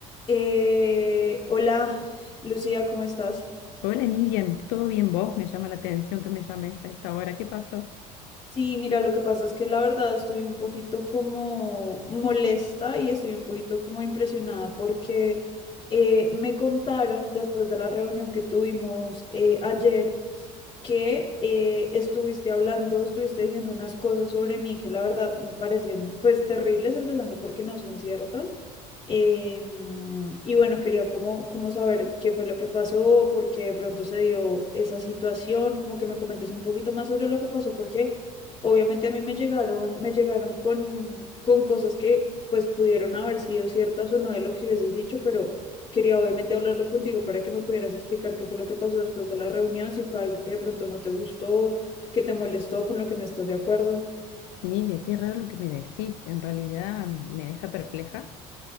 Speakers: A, on the left; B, on the left.
A: Eh, hola, Lucía, ¿cómo estás?
B: Hola Nidia, ¿todo bien vos? Me llama la atención que me llames a esta hora. ¿Qué pasó?
A: Sí, mira, lo que pasa es que la verdad estoy un poquito como molesta y estoy un poquito como impresionada porque eh, me contaron después de la reunión que tuvimos eh, ayer que eh, estuviste hablando, estuviste diciendo unas cosas sobre mí que la verdad me parecen pues terribles, empezando porque no son ciertas. Eh, y bueno, quería como, como saber qué fue lo que pasó, por qué de pronto se dio esa situación, como que me comentes un poquito más sobre lo que pasó, porque obviamente a mí me llegaron, me llegaron con, con cosas que pues pudieron haber sido ciertas o no de lo que hubieses dicho, pero quería obviamente hablarlo contigo para que me pudieras explicar qué fue lo que pasó después de la reunión, si fue algo que de pronto no te gustó, que te molestó, con lo que no estás de acuerdo.
B: Nidia, qué raro lo que me decís. En realidad mm, me deja perpleja